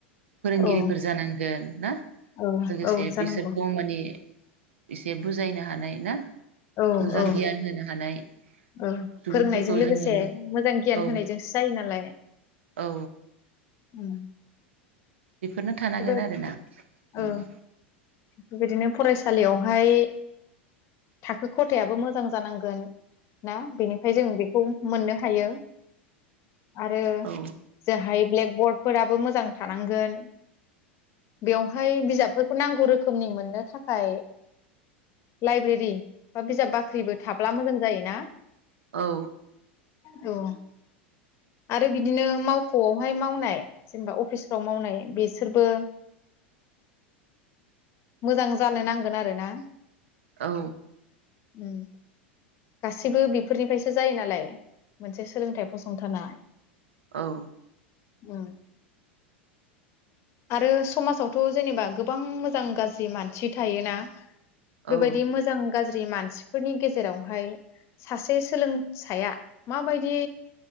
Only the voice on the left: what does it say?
औ
औ
औ जानांगौ
औ
औ
ओ
फोरोंनायजों लोगोसे
मोजां गियान
होनायजोंसो जायो नालाय।
उम
बे
औ
बेबायदिनो फरायसालियावहाय थाखो खथायाबो मोजां जानांगोन ना बेनिख फाय जों बेख खौ मोननो हायो आरो
जोहाय ब्लेक बर्डफोराबो मोजां थानांगोन। बेवहाय बिजाबफोथ <unintelligible> खोमनि मोननो थाखाय लाइब्रेरि। बा बिजाब बाख्रिबो थाब्ला मोजां जायो ना।
औ आरो बिदिनो मावख'आवहाय मावनाय जेनबा अफिसफ्राव मावनाय बिसोरबो मोजां जानो नांगोन आरो ना।
उम गासैबो बेफोरनिफ्रायसो जायो नालाय मोनसे सोलोंथाइ फसंथाना
उम आरो समाजावथ' जेनेबा गोबां मोजां गाज्रि मानसि थायोना। बेबायदि
मोजां गाज्रि ज्रि मानसिफोरनि गेजेरावहाय सासे सोलोंसाया माबायदि